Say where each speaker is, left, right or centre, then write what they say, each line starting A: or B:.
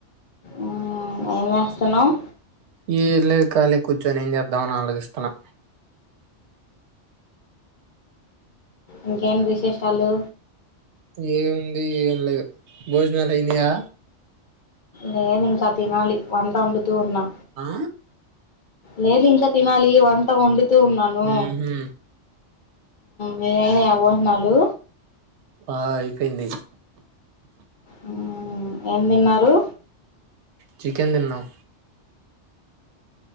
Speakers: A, on the left; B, on the right.
A: హ్మ్ ఏంజేస్తన్నావ్
B: ఈ ఇళ్ల కాలే కూర్చొని ఏం చేద్దామని ఆలోచిస్తున్నా
A: ఇంకేంటి విశేషాలు
B: ఏముంది ఏం లేదు భోజనాలు అయినాయా
A: లేదు ఇంకా తినాలి వంట వండుతూ ఉన్నా
B: ఆ
A: లేేలి ఇంకా తినాలి వంట వండు తూ ఉన్నాను
B: ఉహు
A: మీరైనా ఎవ్వోంటున్నాలు
B: ఆ అయిపోయింది
A: హ్మ్ ఏమ్ తిన్నారు
B: చికెన్ దిన్నాం